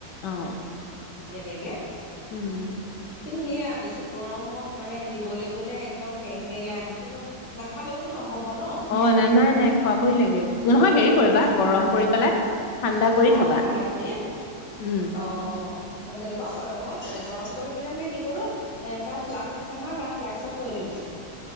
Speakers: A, on the left; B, on the left.
A: অ
B: এতিয়ালৈকে
A: উম
B: কিন্তু সেয়া বেছি গৰমত মানে দিবলৈ গ'লে একদম কেং কেঙা আহে কিন্তু নাখালেওতো নহ'ব ন
A: অ নাই নাই নাই খোৱাবই লাগে নহয় হেৰি
B: উম
A: কৰিবা গৰম কৰি পেলাই ঠাণ্ডা কৰি
B: অ
A: থবা।
B: ঠাণ্ডা কৰি
A: উম
B: অ অ তেনেকুৱাও কৰ মই গৰম কৰি পেলাই মানে কি কৰো এ তাৰ ফ্লাকচ্ আছে নহয় তাৰ ফ্লাক্সত থৈ দিওঁ।